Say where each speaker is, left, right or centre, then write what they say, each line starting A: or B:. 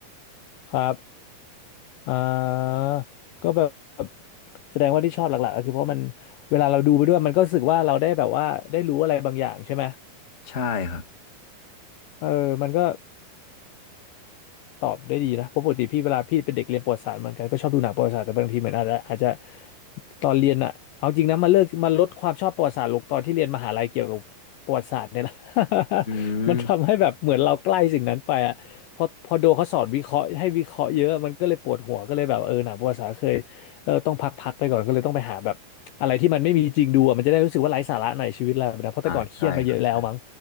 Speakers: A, on the left; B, on the left.
A: ครับ อ่าก็แบบแสดงว่าที่ชอบหลักๆก็คือเพราะมันเวลาเราดูไปด้วยมันก็รู้สึกว่าเราได้แบบว่าได้รู้อะไรบางอย่างใช่ไหม
B: ใช่ครับ
A: เออมันก็ ตอบได้ดีนะเพราะปกติพี่เวลาพี่เป็นเด็กเรียนประวัติศาสตร์เหมือนกันก็ชอบดูหนังประวัติศาสตร์แต่บางทีเหมือนอาจจะอาจจะตอนเรียนอะเอาจริงนะมาเลิกมาลดความชอบประวัติศาสตร์ลงตอนที่เรียนมหาลัยเกี่ยวกับประวัติศาสตร์เนี่ยแหละ <laughs>
B: อืม
A: มันทำให้แบบเหมือนเราใกล้สิ่งนั้นไปอะพอพอโดเขาสอนวิเคราะห์ให้วิเคราะห์เยอะมันก็เลยปวดหัวก็เลยแบบเออหนังประวัติศาสตร์เคยเออต้องพักพักไปก่อนก็เลยต้องไปหาแบบอะไรที่มันไม่มีจริงดูอะมันจะได้รู้สึกว่าไร้สาระหน่อยชีวิตเราแบบนะเพราะแต่ก่อนเครียดมาเยอะแล้วมั้ง
B: อ่าใช่ครับใช่ครับ